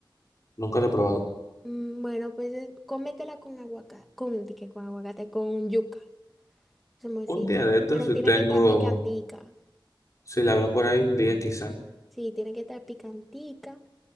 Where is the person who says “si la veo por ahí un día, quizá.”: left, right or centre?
Left